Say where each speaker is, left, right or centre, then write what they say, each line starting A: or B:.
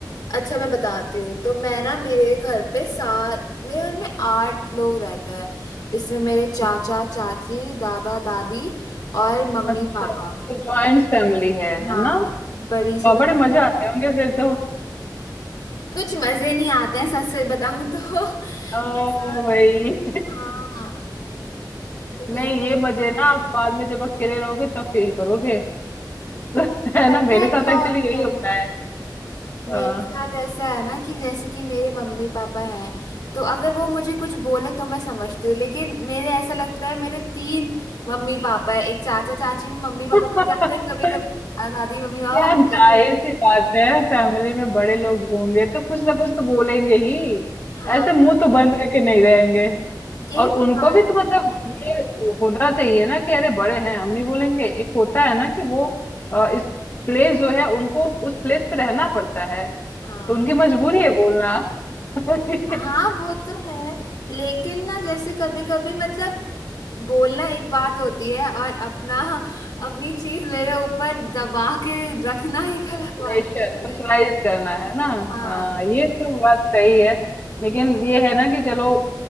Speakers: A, on the left (about 60°); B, on the left (about 30°).
A: अच्छा मैं बताती हूँ तो मैं ना मेरे घर पे सात मेरे घर में आठ लोग रहते हैं जिसमें मेरे चाचा
B: हम्म।
A: चाची दादा दादी और मम्मी
B: अच्छा
A: पापा
B: तो ज्वाइंट फैमिली है है
A: हाँ
B: ना
A: बड़ी सी
B: वाह,
A: फैमिली
B: बड़े मजे आते होंगे फिर तो
A: कुछ मजे नहीं आते हैं सच सच बताऊं तो <laughs>
B: ओ
A: ऐसा
B: भाई <laughs>
A: हाँ कुछ ऐसा-
B: नहीं ये मजे ना आप बाद में जब अकेले रहोगे तब फील करोगे <laughs> है
A: पता
B: ना मेरे
A: है
B: साथ
A: क्या
B: एक्चुअली
A: होता
B: यही होता
A: है
B: है
A: मेरे
B: हाँ
A: साथ ऐसा है ना कि जैसे कि मेरे मम्मी पापा हैं तो अगर वो मुझे कुछ बोले तो मैं समझती हूँ लेकिन मेरे ऐसा लगता है मेरे तीन मम्मी पापा है एक चाचा चाची भी मम्मी
B: <laughs>
A: पापा बन जाते हैं कभी कभी दादी मम्मी पापा
B: यार
A: बन जाते
B: जाहिर
A: हैं
B: सी बात है फैमिली में बड़े लोग होंगे तो कुछ ना कुछ तो बोलेंगे ही
A: हाँ
B: ऐसे मुंह तो बंद करके नहीं रहेंगे
A: यही
B: और
A: तो
B: उनको
A: बात
B: भी तो मतलब
A: है
B: ये होना चाहिए ना कि अरे बड़े हैं हम नहीं बोलेंगे एक होता है ना कि वो अ, इस प्लेस जो है उनको उस प्लेस पे रहना पड़ता है
A: हाँ
B: तो उनकी मजबूरी है बोलना <laughs> कि
A: हाँ वो तो है लेकिन ना जैसे कभी कभी मतलब बोलना एक बात होती है और अपना अपनी चीज मेरे ऊपर दबा के रखना एक अलग बात
B: प्रेशर
A: होती
B: प्रेशराइज
A: है
B: करना है ना
A: हाँ
B: हाँ ये तो बात सही है लेकिन ये है ना कि चलो